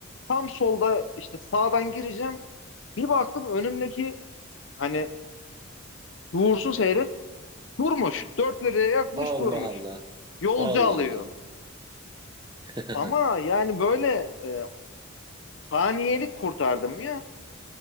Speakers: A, on the left (about 60°); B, on the right (about 20°).
A: Tam solda işte sağdan gireceğim. Bir baktım önümdeki hani uğursuz herif durmuş. Dört liraya yakmış
B: Allah
A: durmuş.
B: Allah
A: Yolcu
B: Allah
A: alıyor.
B: Allah
A: Ama yani böyle e, saniyelik kurtardım ya.